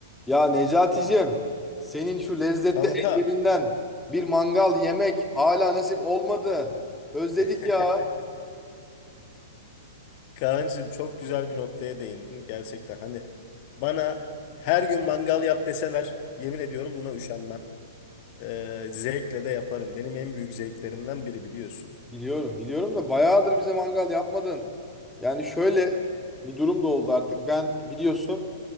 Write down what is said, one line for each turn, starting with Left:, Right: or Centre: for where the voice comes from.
Centre: Ya Necaticim, senin şu lezzetli
Left: Kanka,
Centre: ellerinden bir mangal yemek hala nasip olmadı. Özledik
Left: <laughs>
Centre: ya.
Left: Kaan'cığım çok güzel bir noktaya değindin gerçekten. Hani bana her gün mangal yap deseler yemin ediyorum buna üşenmem. Ee, zevkle de yaparım. Benim en büyük zevklerimden biri biliyorsun.
Centre: Biliyorum, biliyorum da bayağıdır bize mangal yapmadın. Yani şöyle bir durum da oldu artık. Ben biliyorsun